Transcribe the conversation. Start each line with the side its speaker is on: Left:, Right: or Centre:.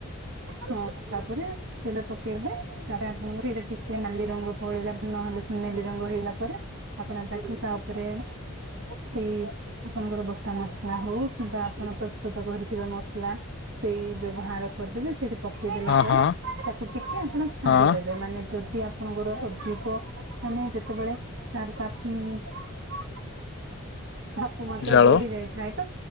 Right: ହଁ ତା'ପରେ ତେଲ ପକେଇବେ, ତାରେ ଆପଣଙ୍କୁ ସେଇଟା ଟିକେ ନାଲି ରଙ୍ଗ ପଳେଇଲା ନହେଲେ, ସୁନେଲି ରଙ୍ଗ ହେଲା ପରେ ଆପଣ ତାକୁ ତା'ଉପରେ ଏଇ ଆପଣଙ୍କର ବଟା ମସଲା ହଉ କିମ୍ବା ଆପଣ ପ୍ରସ୍ତୁତ କରିଥିବା ମସଲା ସେଇ ବ୍ୟବହାର କରିଦେବେ। ସେଇଠେ ପକେଇଦେଲା
Left: ହଁ
Right: ପରେ
Left: ହଁ
Right: ତାକୁ ଟିକେ ଆପଣ ଛାଡିଦେବେ।
Left: ହଁ
Right: ମାନେ ଯଦ୍ ଯଦି ଆପଣଙ୍କର ଅଧିକ, ମାନେ ଯେତେବେଳେ ତାର ତାପ୍ ଉଁ <inaudible> ତାପ ମାତ୍ରା
Left: ଜାଳ
Right: ବଢି ଯାଇଥାଏ। ତ